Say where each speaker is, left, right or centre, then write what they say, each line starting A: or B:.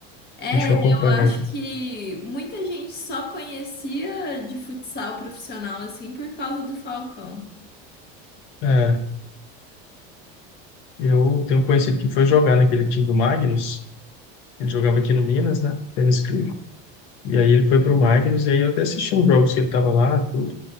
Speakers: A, on the left (about 30°); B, on the left (about 65°).
A: É,
B: A gente não
A: eu
B: acompanha
A: acho
B: mais.
A: que muita gente só conhecia de futsal profissional assim por causa do Falcão.
B: É, eu tenho um conhecido que foi jogar naquele time do Magnus. Ele jogava aqui no Minas, né? Tênis Clube. E aí ele foi pro Magnus, e aí eu até assisti uns jogos que ele tava lá, tudo.